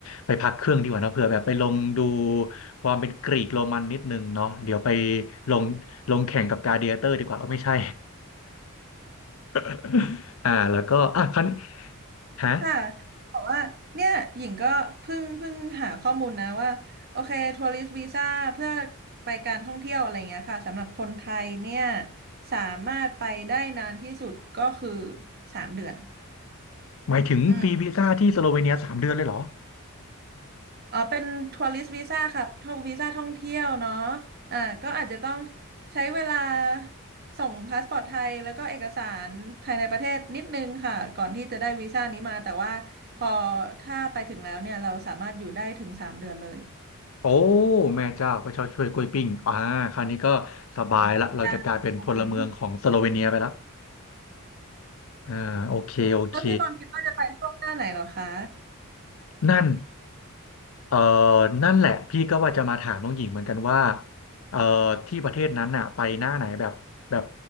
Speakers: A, on the left (about 70°); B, on the right (about 45°).
A: ไปพักเครื่องดีกว่าเนอะเผื่อแบบไปลงดูความเป็นกรีกโรมันนิดนึงเนาะเดี๋ยวไปลงลงแข่งกับกลาดิเอเตอร์ดีกว่าเออไม่ใช่ <laughs> อ่าแล้วก็อ่ะครันฮะ
B: ค่ะบอกว่าเนี่ยหญิงก็เพิ่งเพิ่งหาข้อมูลนะว่าโอเคทัวริสต์วีซ่าเพื่อไปการท่องเที่ยวอะไรเงี้ยค่ะสำหรับคนไทยเนี่ยสามารถไปได้นานที่สุดก็คือสามเดือน
A: หมายถึงฟรีวีซ่าที่สโลเวเนียสามเดือนเลยเหรอ
B: อืม อ๋อเป็นทัวริสต์วีซ่าค่ะทัววีซ่าท่องเที่ยวเนาะอ่าก็อาจจะต้องใช้เวลาส่งพาสปอร์ตไทยแล้วก็เอกสารภายในประเทศนิดนึงค่ะ ก่อนที่จะได้วีซ่านี้มา แต่ว่าพอถ้าไปถึงแล้วเนี่ย เราสามารถอยู่ได้ถึงสามเดือนเลย
A: โอ้แม่เจ้าพระเจ้าช่วยกล้วยปิ้งอ่าคราวนี้ก็สบายละเราจะกลายเป็นพลเมืองของสโลเวเนียไปแล้ว
B: ได้ค่ะเลย
A: อ่าโอเคโอเค
B: แล้วพี่บอลคิดว่าจะไปช่วงหน้าไหนเหรอคะ
A: นั่นเอ่อนั่นแหละพี่ก็ว่าจะมาถามน้องหญิงเหมือนกันว่าเอ่อที่ประเทศนั้นน่ะไปหน้าไหนแบบแบบ